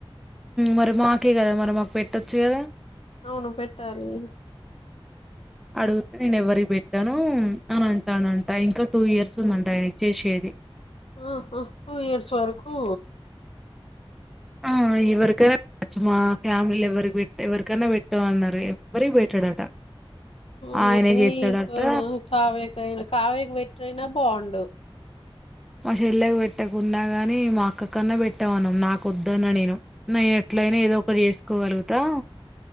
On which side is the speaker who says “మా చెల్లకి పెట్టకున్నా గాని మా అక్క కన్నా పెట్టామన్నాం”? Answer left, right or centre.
Centre